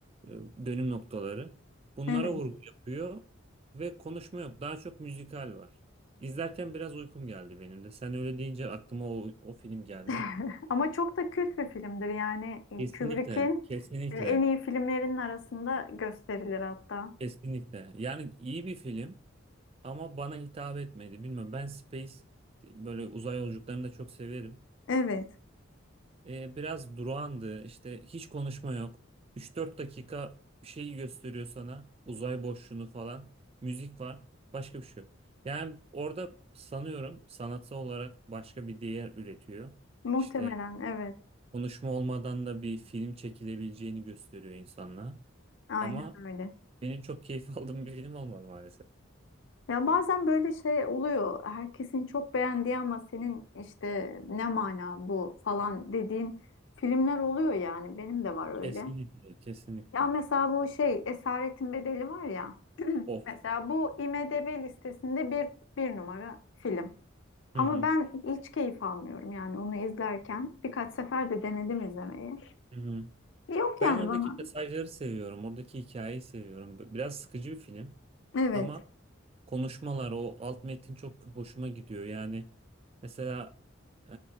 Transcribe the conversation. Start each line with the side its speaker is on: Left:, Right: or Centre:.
Right: e, dönüm noktaları. Bunlara
Left: Evet.
Right: vurgu yapıyor ve konuşma yok. Daha çok müzikal var. İzlerken biraz uykum geldi benim de. Sen öyle deyince aklıma o, o film geldi.
Left: <laughs> Ama çok da kült bir filmdir yani e,
Right: Kesinlikle,
Left: Kubrick'in
Right: kesinlikle,
Left: e, en iyi filmlerinin arasında gösterilir hatta.
Right: kesinlikle. Yani iyi bir film ama bana hitap etmedi. Bilmiyorum ben Space böyle uzay yolculuklarını da çok severim.
Left: Evet.
Right: E, biraz durağandı. İşte hiç konuşma yok. üç dört dakika bir şeyi gösteriyor sana. Uzay boşluğunu falan. Müzik var. Başka bir şey yok. Yani orada sanıyorum sanatsal olarak başka bir değer üretiyor.
Left: Muhtemelen
Right: İşte
Left: evet.
Right: konuşma olmadan da bir film çekilebileceğini gösteriyor insanlığa.
Left: Aynen
Right: Ama
Left: öyle.
Right: benim çok keyif aldığım bir film olmadı maalesef.
Left: Ya bazen böyle şey oluyor. Herkesin çok beğendiği ama senin işte ne mana bu falan dediğin filmler oluyor yani. Benim de var öyle.
Right: Kesinlikle, kesinlikle.
Left: Ya mesela bu şey Esaretin Bedeli var ya.
Right: Of.
Left: Mesela bu IMDb listesinde bir, bir numara film. Ama
Right: Hı hı.
Left: ben hiç keyif almıyorum yani onu izlerken. Birkaç sefer de denedim izlemeyi.
Right: Hı hı.
Left: Yok yani
Right: Ben oradaki
Left: bana.
Right: mesajları seviyorum. Oradaki hikayeyi seviyorum. B- Biraz sıkıcı bir film.
Left: Evet,
Right: Ama konuşmalar, o alt metin çok hoşuma gidiyor. Yani mesela e,